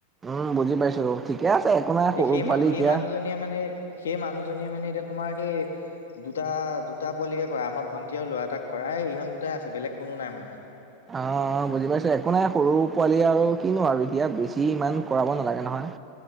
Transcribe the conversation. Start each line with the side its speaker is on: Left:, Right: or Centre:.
Right: উম বুজি পাইছোঁ ঠিকে আছে একো নাই
Left: এই
Right: সৰু
Left: সেই
Right: পোৱালি
Left: সেই
Right: এতিয়া।
Left: মানুহজনীয়ে মানে সেই মানুহজনীয়ে মানে এতিয়া তোমাৰ সেই দুটা দুটা পোৱালিকে কৰাই আমাৰ ভন্টি আৰু ল'ৰা এটাক কৰাই ইহত দুটাই আছে বেলেগ কোনো নাই মানে।
Right: অঁ বুজি পাইছোঁ একো নাই সৰু পোৱালি আৰু কিনো আৰু এতিয়া বেছি ইমান কৰাব নালাগে নহয়।